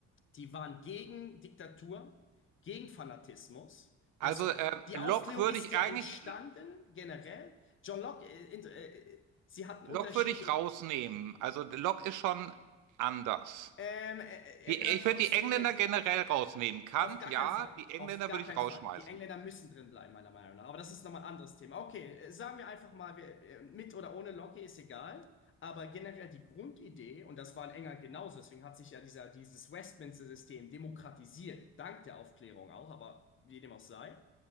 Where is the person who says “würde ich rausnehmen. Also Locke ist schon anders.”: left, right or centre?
Right